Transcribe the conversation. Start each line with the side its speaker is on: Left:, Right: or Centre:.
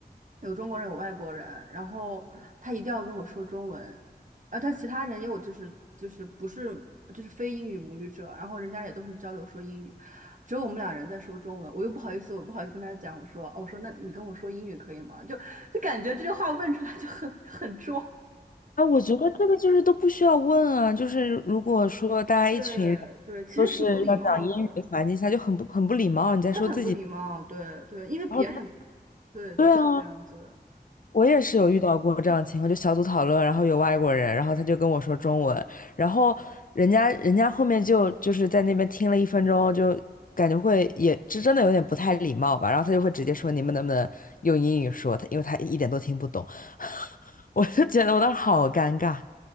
Right: 有中国人有外国人，然后他一定要跟我说中文，啊但其他人也有就是就是不是就是非英语母语者，然后人家也都是交流说英语，只有我们俩人在说中文，我又不好意思，我不好意思跟他讲，我说哦我说那你跟我说英语可以吗？就就感觉这句话问出来就很就很装。
Left: 那我觉得这个就是都不需要问啊，就是如果说大家一群人
Right: 对对，其实挺不礼貌的，
Left: 都是要讲英语的环境下，就很不很不礼貌。你在说自己，
Right: 是很不礼貌。对对，因为别人也不，
Left: 然后
Right: 对对，
Left: 对啊，
Right: 是这样子的。
Left: 我也是有遇到过这样的情况，就小组讨论，然后有外国人，然后他就跟我说中文，然后人家人家后面就就是在那边听了一分钟，就感觉会也这真的有点不太礼貌吧，然后他就会直接说你们能不能用英语说，他因为他一点都听不懂。我就觉得我当时好尴尬。